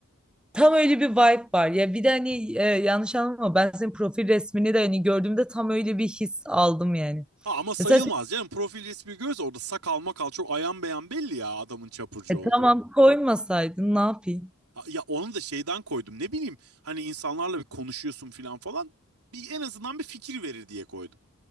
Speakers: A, in the centre; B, on the right.
A: Tam öyle bir vibe var. Ya bir de hani e, yanlış anlama ben senin profil resmini de hani gördüğümde tam öyle bir his aldım yani.
B: Ha, ama sayılmaz
A: Mesela sen,
B: canım. Profil resmi göz orada sakal makal çok ayan beyan belli ya adamın çapurcu
A: e,
B: olduğu.
A: tamam koymasaydın ne yapayım?
B: Ha, Ya onu da şeyden koydum ne bileyim hani insanlarla bir konuşuyorsun falan falan bir en azından bir fikir verir diye koydum.